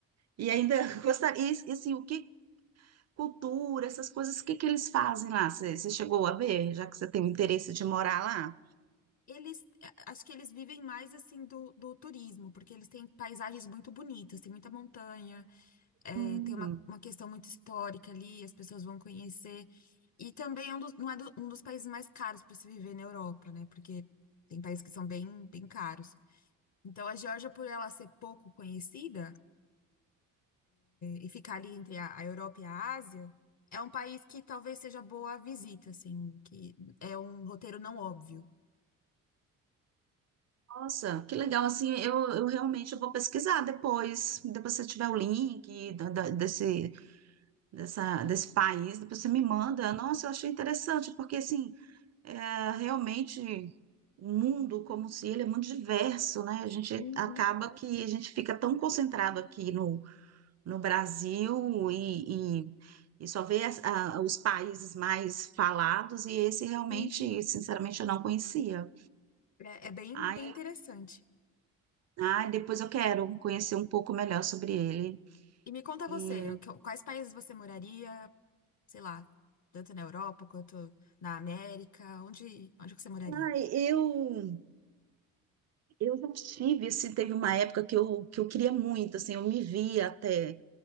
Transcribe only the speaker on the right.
e ainda <laughs> gostaria, e, e, assim, o que cultura, essas coisas, o que que eles fazem lá? Você você chegou a ver, já que você tem o interesse de morar lá?
Hum,
nossa, que legal, assim, eu, eu realmente vou pesquisar depois, depois se tiver o link da- da- desse, dessa, desse país, depois você me manda, nossa, eu achei interessante, porque assim, é, realmente o mundo como se ele é muito diverso, né? A gente
acaba que a gente fica tão concentrado aqui no, no Brasil e, e, e só vê as- a- os países mais falados, e esse realmente,
sinceramente, eu não conhecia.
Ai,
ai, depois eu quero conhecer um pouco melhor sobre ele.
E,
ai, eu, eu já tive, assim, teve uma época que eu, que eu queria muito, assim, eu me via até